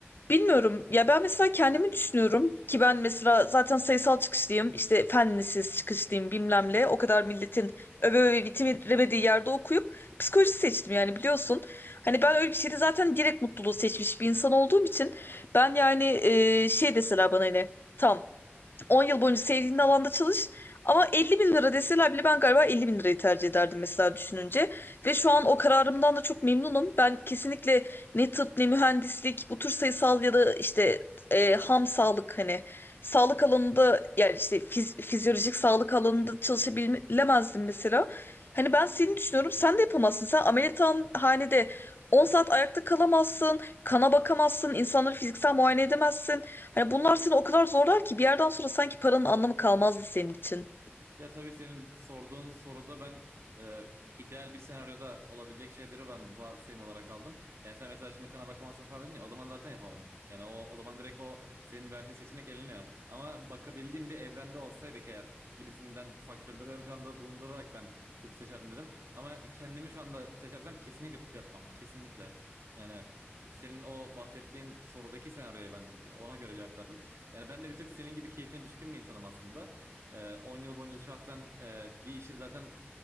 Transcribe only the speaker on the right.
Ya tabii senin sorduğun soruda ben e, ideal bir senaryoda olabilecek şeyleri ben varsayım olarak aldım. Yani sen mesela şimdi kana bakamazsın falan dedin ya o zaman zaten yapamam. Yani o, o zaman direkt o senin verdiğin seçenek eleniyor. Ama bakabildiğim bir evrende olsaydık eğer gibisinden faktörleri ön planda bulundurarak ben tıp seçerdim dedim. Ama kendimi şu anda seçersem kesinlikle tıp yapmam. Kesinlikle. Yani senin o bahsettiğin sorudaki senaryoya ben ona göre cevap verdim. Yani ben de bir tık senin gibi keyfine düşkün bir insanım aslında. Ee, 10 yıl boyunca şahsen e, bir işi zaten